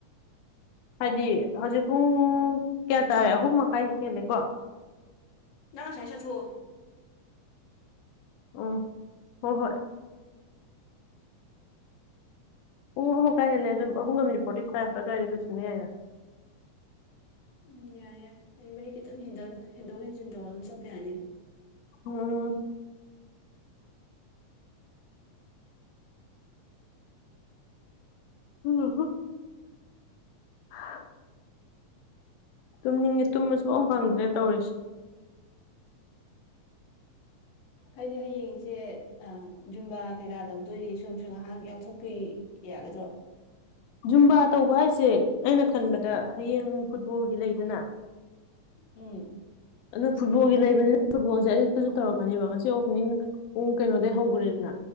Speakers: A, on the left; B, on the left.
A: ꯍꯥꯏꯗꯤ ꯍꯧꯖꯤꯛ ꯄꯨꯡ ꯀꯌꯥ ꯇꯥꯔꯦ ꯑꯍꯨꯝ ꯃꯈꯥꯏ ꯍꯦꯜꯂꯦꯀꯣ
B: ꯅꯪ ꯑꯁꯥꯏ ꯆꯠꯊꯣꯛꯑꯣ
A: ꯑꯣ ꯍꯣꯏ ꯍꯣꯏ ꯄꯨꯡ ꯑꯍꯨꯝ ꯃꯈꯥꯏ ꯍꯦꯜꯂꯦ ꯑꯗꯨꯝ ꯑꯍꯨꯝꯒ ꯃꯤꯅꯤꯠ ꯐꯣꯔꯇꯤ ꯐꯥꯏꯚ ꯑꯗꯥꯏꯗ ꯂꯣꯏꯁꯤꯟꯕ ꯌꯥꯏꯅ
B: ꯎꯝ ꯌꯥꯏ ꯌꯥꯏ ꯑꯩ ꯃꯔꯤ ꯈꯤꯇꯪ ꯍꯦꯟꯗꯔꯒ ꯍꯦꯟꯗꯣꯛ ꯍꯦꯟꯖꯤꯟ ꯇꯧꯔꯒ ꯑꯗꯨꯝ ꯆꯠꯄ ꯌꯥꯅꯤꯅ
A: ꯑꯣ <unintelligible> <inaudible> ꯇꯨꯝꯅꯤꯡꯉꯦ ꯇꯨꯝꯕꯁꯨ ꯐꯪ ꯐꯪꯗ꯭ꯔꯦ ꯇꯧꯔꯤꯁꯦ
B: ꯍꯥꯏꯗꯤ ꯍꯌꯦꯡꯁꯦ ꯑꯥ ꯖꯨꯝꯕꯥ ꯀꯩꯀꯥꯗꯧ ꯗꯨꯏ ꯁꯣꯝꯁꯨ ꯉꯥꯍꯥꯛ ꯌꯥꯎꯊꯣꯛꯄꯤ ꯌꯥꯒꯗ꯭ꯔꯣ
A: ꯖꯨꯝꯕꯥ ꯇꯧꯕ ꯍꯥꯏꯁꯦ ꯑꯩꯅ ꯈꯟꯕꯗ ꯍꯌꯦꯡ ꯐꯨꯠꯕꯣꯜꯒꯤ ꯂꯩꯗꯅ
B: ꯎꯝ
A: ꯑꯗꯨꯅ ꯐꯨꯠꯕꯣꯜꯒꯤ ꯂꯩꯕꯅꯤꯅ ꯐꯨꯠꯕꯣꯜꯖꯦ ꯑꯌꯨꯛꯇꯖꯨ ꯇꯧꯔꯛꯀꯅꯦꯕ ꯉꯁꯤ ꯑꯣꯄꯅꯤꯡ ꯄꯨꯡ ꯀꯩꯅꯣꯗꯩ ꯍꯧꯒꯔꯦꯗꯅ